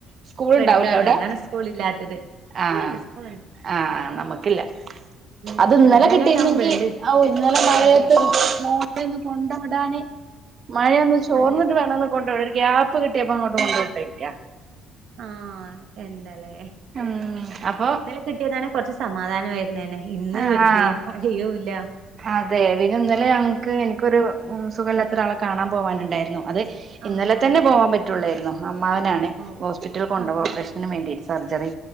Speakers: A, on the right; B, on the right.
A: സ്കൂൾണ്ടാവുല്ലേ
B: റെഡ് ആണ്
A: അവ്ടെ?
B: അതാണ് സ്കൂൾ ഇല്ലാത്തത് സ്കൂളുണ്ട്
A: ആഹ്
B: സ്കൂളുണ്ട്
A: ആഹ് നമുക്കില്ല.
B: ഉം
A: അത് ഇന്നലെ
B: റെഡ്
A: കിട്ടിയിരുന്നെങ്കി
B: അലേർട്ട് ആവുമ്പോഴല്ലേ
A: ഔ ഇന്നലെ മഴയത്ത്
B: അതെ
A: ളെ ഒന്ന് കൊണ്ട് വിടാൻ മഴയൊന്ന് ചോർന്നിട്ട്
B: അതെ അതെ
A: വേണൊന്ന് കൊണ്ട് വിടാ ഒരു ഗ്യാപ്പ് കി ട്ട്യേപ്പം ങ്ങട്ട് കൊണ്ട് വിട്ടേയ്ക്കാ.
B: ആഹ് എന്ത ലേ.
A: ഉം അപ്പൊ
B: കിട്ടിയതാണെ കുറച്ച് സമാധാനമായിരുന്നേനെ. ഇന്ന്
A: ആഹ്
B: വെറുതെ, മഴയൂല്ല.
A: അതെ. പിന്നെന്നലെ ഞങ്ങക്ക് ഇൻക്കൊരു സുഖല്ലാത്തൊരാളെ കാണാൻ പോവാനുണ്ടായിരുന്നു അത്
B: ആഹ്
A: ഇന്നലെ
B: ആഹ്
A: തന്നെ പോവാൻ പറ്റൊള്ളായിരുന്നു. അമ്മാവനാണെ.
B: ഓ
A: ഹോസ്പിറ്റൽ കൊണ്ടോവ.
B: ആ ആ
A: ഓപ്പറേഷ നുംവേണ്ടിട്ട് സർജറി